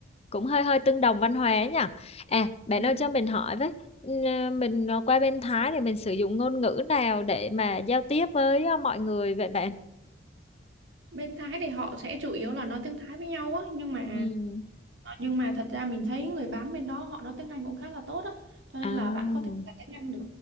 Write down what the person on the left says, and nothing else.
cũng hơi hơi tương đồng văn hóa nhỉ à bạn
ơi cho mình hỏi với ừ, mình ờ, qua bên Thái thì mình sử dụng ngôn ngữ nào để mà giao tiếp với ờ, mọi người vậy bạn
ừ
à